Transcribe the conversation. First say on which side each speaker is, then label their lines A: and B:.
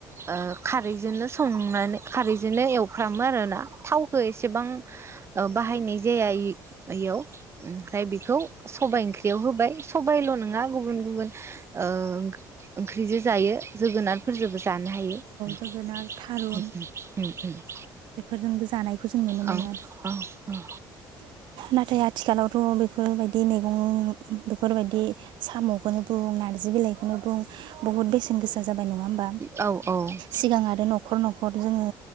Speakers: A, on the right; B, on the right.
A: ओ खारैजोंनो संनानै खारैजोंनो एवफ्रामो आरो ना। थावखौ एसेबां ओ बाहायनाय जाया इयाव ओमफ्राय बेखौ सबाय ओंख्रि बेयाव होबाय सबायल' नोङा गुबुन गुबुन ओ ओंख्रिजों जायो। जोगोनार फोरजोंबो जानो हायो उम
B: जोगोनार थारुन
A: उम उम <inaudible>
B: बेफोरजोंबो जानायखौ जों नुनो
A: औ
B: मोनो आरो
A: औ उम
B: नाथाय आथिखालावथ' बेफोरबायदि मैग <unintelligible> बेफोरबायदि साम'खौनो बुं नारजि बिलाइ खौनो बुं बुहुत बेसेन गोसा जाबाय नङा होमबा
A: औ औ उम
B: सिगां आरो न'खर न'ख खर जोङो